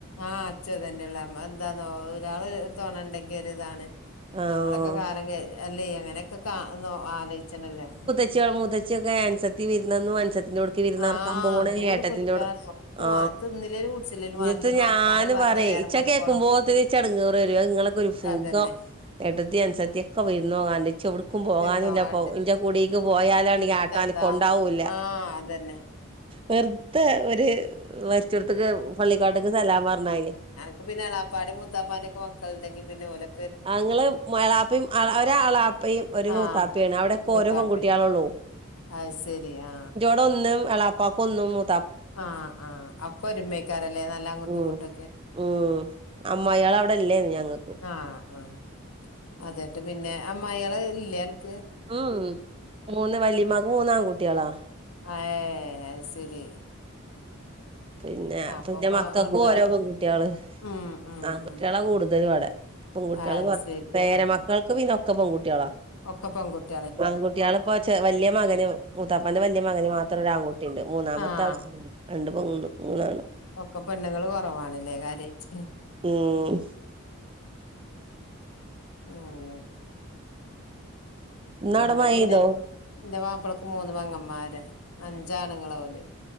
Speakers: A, on the left; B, on the right.
A: ആഹ് ഇച്ച് ഇത് തന്നെയള്ളൂ നമ്മള് എന്താന്നോ ഒരാള് തൊണണ്ടെങ്കി ഒരി ഇതാണ്.
B: ആഹ്
A: ഞമ്മളെ ക്കെ കാലം അല്ലേയ് അങ്ങനെയൊക്കെ കാ ന്നൊ ആലോയ്ച്ചണല്ലൊ.
B: ച്ചിയാളും മൂത്തച്ചിയൊക്കെ അൻസത്തി വിരുന്നന്നു, അൻസത്തിന്റോട് ക്ക് വിരുന്നാർക്കാൻ
A: ആഹ്
B: പോണ്
A: എന്തോരു
B: ഏട്ടത്തിന്റെോട്
A: പൊലിവാന്നോ ഒന്നും
B: ആ
A: തിന്നില്ലേലും കുടിച്ചില്ലേലും
B: ങ്ങത്ത്
A: വേണ്ടില്ലന്ന്
B: ഞാന്
A: വർത്താനം പറഞ്ഞ
B: പറിയേ
A: നേരം
B: ഇച്ചത്
A: വെളുക്കോളം
B: കേൾക്കുമ്പോൾത്തിന് ഇച്ച് എടങ്ങേറ് വരുയ്. ഇങ്ങളൊക്കൊരു സുഖം.
A: അതന്നെ
B: ഏട്ടത്തി അനുസത്തി ഒക്കെ വിരുന്നോവാണ്ട്. ഇച്ച് എവിട്ക്കും പോകാനുല്ലപ്പം.
A: വിരുന്നോകാണ്ട്
B: ഇന്റെ കുടീക്ക് പോയാലാണങ്കി
A: പിന്നെന്താ
B: ആട്ട അനക്കം ഉണ്ടാവുല്ല,
A: ആഹ് അതന്നെ
B: വെറു തെ ഒരു മരിചോട്ത്ത്ക്ക് പള്ളിക്കാട്ട്ക്ക് സലാം പറഞ്ഞരിയ
A: പ്പ പിന്നെ എളാപ്പാന്റിം മുത്താപ്പാന്റിം ഒക്കെ മക്കളുണ്ടെങ്കി പിന്നെ ഓലെ
B: ആങ്ങള് മ എളാപ്പിം അ എൾ ഒരു എളാപ്പയും ഒരു
A: ആഹ്
B: മൂത്താപ്പിയാണ്. അവിടെക്കെ
A: മൂത്താപ്പേം
B: ഓരു പെൺകുട്ടിയളുള്ളൂ.
A: അത് സെരി ആ
B: ടെഒന്ന് എളാപ്പാക്ക ഒന്നും മൂ
A: ആഹ് ആഹ് ഒക്കെ ഒരുമയ്ക്കാരല്ലേ നല്ല അങ്ങട്ടും
B: ഉം
A: ഇങ്ങട്ടും ഒക്കെ.
B: ഉം, അമ്മായിയേള് അവിടെ ഇല്ലെന്നും ഞങ്ങൾക്ക്.
A: ആഹ് ആഹ്, അതട്ട് പിന്നെ അമ്മായിയേള് ഇല്ലേ അൻക്?
B: <unintelligible> മൂന്ന് വല്ലിമ്മാക് മൂന്ന് ആൺ കുട്ടിയളാ.
A: അ ഏഹ്, അത് സെരി
B: പിന്നെ
A: അപ്പപ്പൊ
B: പിന്നെ മക്കക്കും
A: എന്താ
B: ഓരോ പെൺകുട്ടിയള്,
A: ഉം ഉം
B: ആൺകുട്ടിയളാ
A: ഉം
B: കൂടുതല് ഇവടെ പെൺകുട്ടിയള്
A: അത്
B: കൊറവ.
A: ശരി
B: പേര
A: ആഹ്
B: മക്കൾക്ക് പിന്നൊക്കെ പെൺകുട്ടിയളാ
A: ഒക്കെ പെൺകുട്ടി-
B: ആൺകുട്ടിയാളിപ്പൊ ചെ വല്ല്യ മകന് മൂത്താപ്പാന്റെ വല്ല്യ മകന് മാത്രം ഒരു ആൺകുട്ടിണ്ട്. മൂന്നാമത്തെ
A: ആഹ്
B: രണ്ട് പെണ്ണും മൂന്ന് ആണും.
A: ഒക്കെ പെണ്ണുങ്ങള് കൊറവാണ്ല്ലേ കാര്യയിറ്റ്
B: ഉം
A: ആഹ് അങ്ങനെ
B: ഇന്നവിടെ
A: ഇവടെ
B: മഴ
A: പിന്നെ.
B: പെയ്തോ
A: ഇന്റെ മാപ്പളക്ക് മൂന്ന് പെങ്ങന്മാരാ, അഞ്ചാണുങ്ങളാ ഓല്.